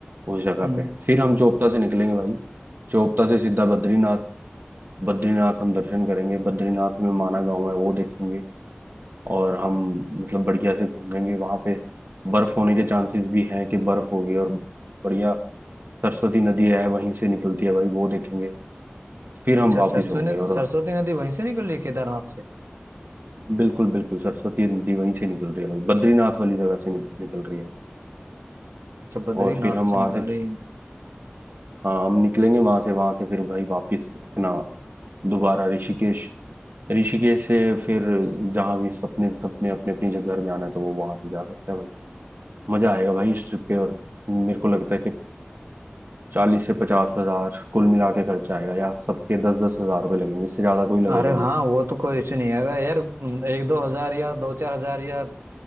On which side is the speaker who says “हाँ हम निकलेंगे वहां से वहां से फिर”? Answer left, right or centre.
Right